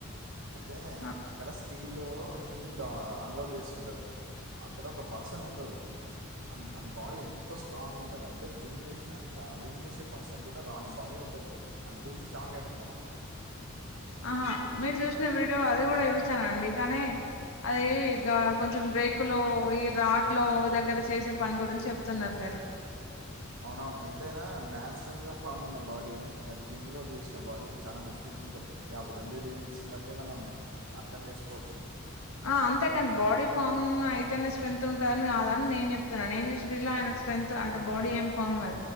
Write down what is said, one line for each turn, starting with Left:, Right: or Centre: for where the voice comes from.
Right: అయితే
Left: ఆ
Right: అక్కడ స్టీల్లో కిందికిడ అన్లోడ్ చేస్తుంటారు అక్కడ ఒక పర్సన్ ఉంటడు అ అన్ బాడీ ఎం ఎంతో స్ట్రాంగ్ ఉంటది అంటే జిమ్ చేసినంక జిమ్ చేసే పర్సనికి కూడా రాని బాడీ ఉంటది అది జూసి షాక్ అయితారు అనమాట
Left: ఆహా మీరు చూసిన వీడియో అది కూడా చూస్తానండి కానీ అది ఇ కొంచెం బ్రేకులో ఈ రాడ్లో దగ్గర చేసే పని గురించి చెప్తున్నారు మీరు
Right: అవునవును ఎంతైనా నాచురల్గా ఫామ్ అయిన బాడీ ఆ జిమ్ లో చేసిన బాడీకి చాలా డిఫరెన్ట్ ఉంటది అవి రెండు రిలిజస్ బట్టే మనం అర్ధం చేసుకోవచ్చు
Left: ఆ అంతేకాని బాడీ ఫామ్ అయితేనే స్ట్రెంత్ ఉంటదని కాదని నేను చెప్తన నేను చూసేలా ఆయన స్ట్రెంత్ అంటే బాడీ ఏం ఫామ్ దు